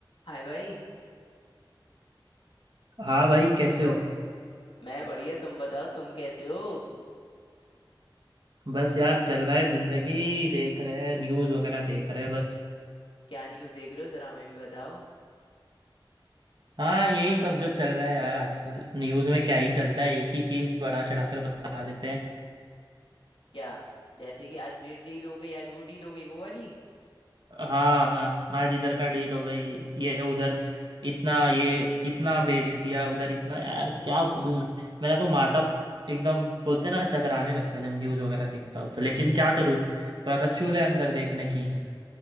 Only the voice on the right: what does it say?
हाँ भाई कैसे हो
बस यार चल रहा है जिंदगी देख रहे हैं न्यूज़ वगैरह देख रहे हैं बस
हाँ यही सब जो चल रहा है यार आजकल न्यूज़ में क्या ही चलता है एक ही चीज़ बढ़ा चढ़ाकर बता देते हैं
हाँ आज इधर का डील हो गई ये उधर इतना ये इतना भेज दिया उधर इतना यार क्या बोलूँ मैं मेरा तो माथा एकदम बोलते हैं ना चकराने लगता है जब न्यूज़ वगैरह देखता हूँ तो लेकिन क्या करूँ थोड़ा सा चूल है अंदर देखने की